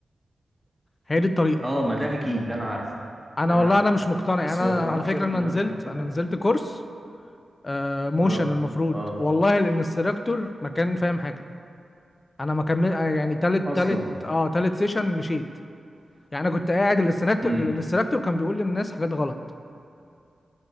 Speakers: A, on the left; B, in the centre.
A: هي دي الطريقة
B: اه ما ده اكيد ده انا عارف
A: انا
B: ده انا
A: والله
B: عارف
A: انا مش مقتنع يعني
B: بس
A: انا
B: لو تبعت
A: أنا على فكرة
B: لي قنوات
A: انا نزلت
B: او كده
A: انا نزلت كورس آه، موشن
B: اه
A: المفروض
B: اه
A: والله الانستراكتور ما كان فاهم حاجة انا ما كمل آه، يعني تالت
B: اصلا
A: تالت اه تالت سيشن مشيت يعني انا كنت قاعد الانستراكتور
B: امم
A: الانستراكتور كان بيقول للناس حاجات غلط